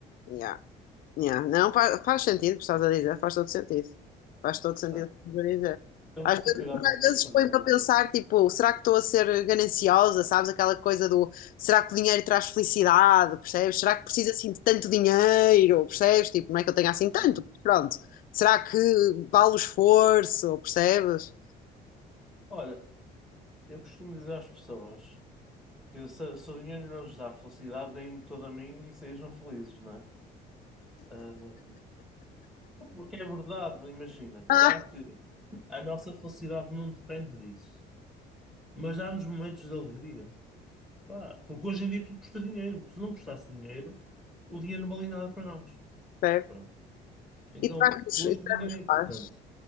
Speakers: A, on the left; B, in the centre.
A: yeah. Yeah, Não, faz, faz sentido o que estás a dizer, faz todo sentido. Faz todo sentido
B: percebes?
A: o que estás a dizer.
B: Temos
A: Às
B: de
A: vezes,
B: ter cuidado
A: porque
B: naquilo
A: às vezes
B: que fazemos.
A: põe-me a pensar, tipo, será que estou a ser gananciosa, sabes? Aquela coisa do, será que o dinheiro traz felicidade, percebes? Será que preciso assim de tanto dinheiro, percebes? Tipo, não é que eu tenha assim tanto,
B: Pois.
A: mas pronto. Será que vale o esforço, percebes?
B: Olha, eu costumo dizer às pessoas que se, se o dinheiro não lhes dá felicidade, deem-me todo a mim e sejam felizes, não é? Ah, porque é verdade, imagina. Claro
A: Ah,
B: que a nossa felicidade não depende disso, mas dá-nos momentos de alegria. Pá, porque hoje em dia tudo custa dinheiro, porque se não custasse dinheiro, o dinheiro não valia nada para nós.
A: percebe?
B: Pronto. Então,
A: E traz-nos
B: hoje
A: e
B: o
A: traz-nos
B: dinheiro é importante.
A: paz.